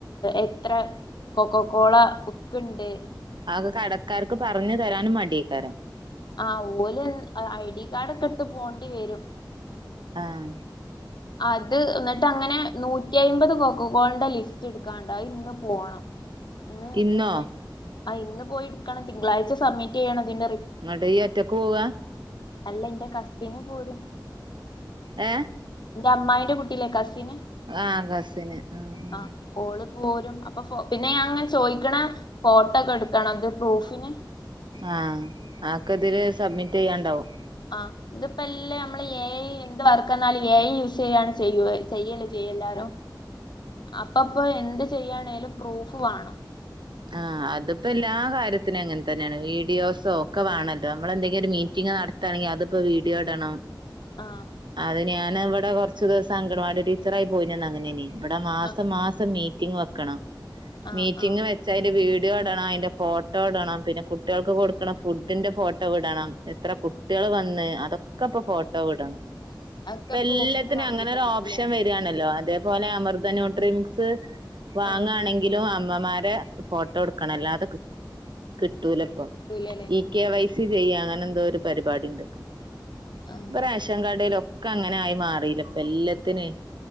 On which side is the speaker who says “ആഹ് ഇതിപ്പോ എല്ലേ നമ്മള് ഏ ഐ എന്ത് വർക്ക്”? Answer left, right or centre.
Left